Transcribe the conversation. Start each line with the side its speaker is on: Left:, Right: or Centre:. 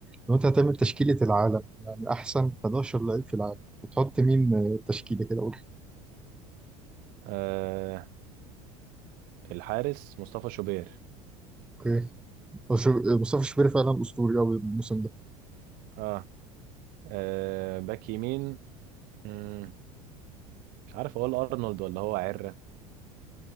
Centre: لو انت هتعمل تشكيلة العالم يعني احسن 11 لعيب في العالم هتحط مين آه، تشكيلة كده قول
Right: آه الحارس مصطفى شوبير
Centre: اوكي هو شو- مصطفى شوبير فعلا اسطوري قوي الموسم ده
Right: اه, آه باك يمين مم، مش عارف اقول ارنولد ولا هو عره